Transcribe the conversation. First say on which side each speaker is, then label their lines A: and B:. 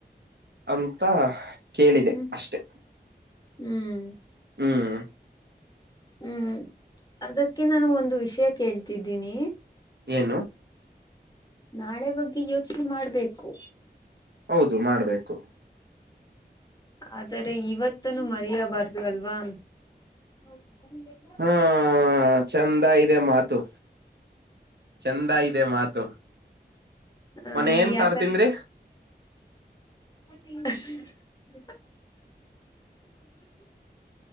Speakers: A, on the right; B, on the left.
A: ಅಂತ ಕೇಳಿದೆ
B: ಹ್ಮ್
A: ಅಷ್ಟೆ
B: ಹ್ಮ್
A: ಹ್ಮ್
B: ಹ್ಮ್ ಅದಕ್ಕೆ ನಾನು ಒಂದು ವಿಷಯ ಕೇಳ್ತಿದ್ದೀನಿ
A: ಏನು
B: ನಾಳೆ ಬಗ್ಗೆ ಯೋಚನೆ ಮಾಡ್ಬೇಕು
A: ಹೌದು ಮಾಡ್ಬೇಕು
B: ಆದರೆ ಇವತ್ತನು ಮರಯಬಾರ್ದು ಅಲ್ವಾ ಓಕೆ <inaudible>
A: ಹ್ಮ ಚಂದ ಇದೆ ಮಾತು ಚಂದ ಇದೆ ಮಾತು
B: ಆ
A: ಮನೆ ಏನ್
B: ಯಾಕಂದ
A: ಸಾರ್ತನ
B: ಹ್ಮ